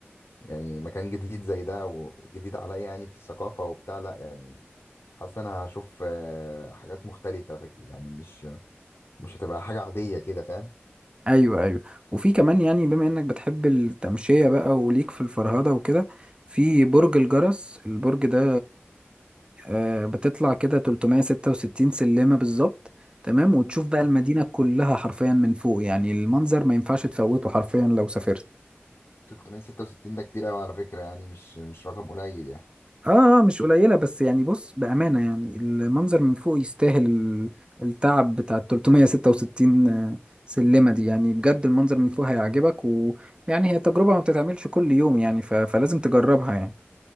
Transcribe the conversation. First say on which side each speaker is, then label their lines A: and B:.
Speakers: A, on the left (about 70°); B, on the right (about 25°).
A: يعني مكان جديد زي ده وجديد عليا يعني في الثقافه وبتاع لا يعني حاسس انا هشوف آه، حاجات مختلفة فك- يعني مش مش هتبقى حاجة عادية كده فاهم
B: ايوه ايوه وفي كمان يعني بما انك بتحب التمشية بقى وليك في الفرهدة وكده في برج الجرس البرج ده آه بتطلع كده 366 سلمة بالظبط تمام وتشوف بقى المدينة كلها حرفيا من فوق يعني المنظر ما ينفعش تفوته حرفيا لو سافرت
A: 366 ده كتير قوي على فكرة يعني مش مش رقم قليل يعني
B: اه آه، مش قليله بس يعني بص بامانه يعني المنظر من فوق يستاهل ال- التعب بتاع ال 366 سلمه دي يعني بجد المنظر من فوق هيعجبك ويعني هي تجربه ما بتتعملش كل يوم يعني ف... فلازم تجربها يعني